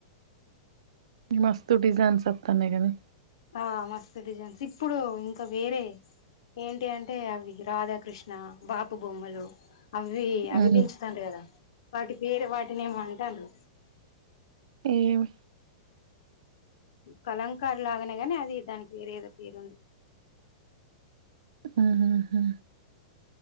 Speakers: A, on the right; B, on the left.
A: మస్తు డిజైన్స్ వత్తానై గదా
B: ఆ మస్తు డిజైన్స్ ఇప్పుడు ఇంకా వేరే ఏంటి అంటే అవి రాధాకృష్ణ బాపు బొమ్మలు అవి అవి
A: ఉమ్
B: దించుతాన్ టె కదా వాటి పేరు వాటినేమోమంటాన్రు
A: ఏమి
B: కలంకార్లాగానే గాని అది దాని పేరేదో పేరుంది
A: ఆహ హా